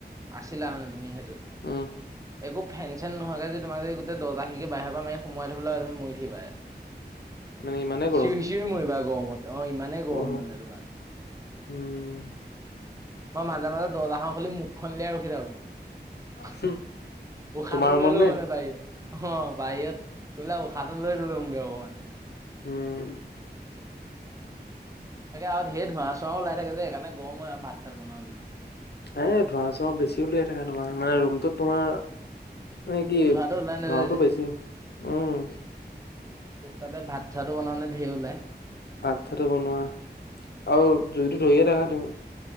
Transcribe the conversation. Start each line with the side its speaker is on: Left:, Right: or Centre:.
Right: আছিলা মানে তুমি সেইটো
Left: উম'
Right: একো ফেন চেন নহোৱাকৈ যে তোমাক যদি দৰ্জা খিৰিকি বাহিৰৰ পৰা মাৰি সোমাই থব আৰু তুমি মৰি উঠিবা
Left: মানে ইমানেই গৰম।
Right: চিঞৰি চিঞৰি মৰিবা। গৰমত অ' ইমানেই গৰম
Left: অহ,
Right: মানে তোমাৰ
Left: উম,
Right: মই মাজে-মাজে দৰ্জাখন খুলি মুখখন উলিয়াই ৰখি থাকো।
Left: হুম,
Right: উশাহটো
Left: তোমাৰ ৰুমত
Right: লৈ লও
Left: নে?
Right: মানে বাহিৰত। অ'হ বাহিৰত বোলে উশাহটো লৈ লমগৈ অকমান।
Left: উম।
Right: তাকে আৰু ঢেৰ ধোঁৱা চোৱাও ওলাই থাকে যে সেইকাৰণে গৰম হয় আৰু ভাত-চাত বনাও নে
Left: এ ধোঁৱা চোৱা বেছি উলিয়াই থাকা তোমাৰ মানে ৰুমটোত তোমাৰ মানে কি
Right: ধোঁৱাটো ওলাই নাযায়
Left: ধুৱাটো
Right: যে।
Left: বেছি। উম'
Right: তাতে ভাত চাতটো বনাওঁতে ঢেৰ ওলায়।
Left: ভাত চাতটো বনোৱা আৰু জুইটো ধৰিয়ে থাকা তুমি।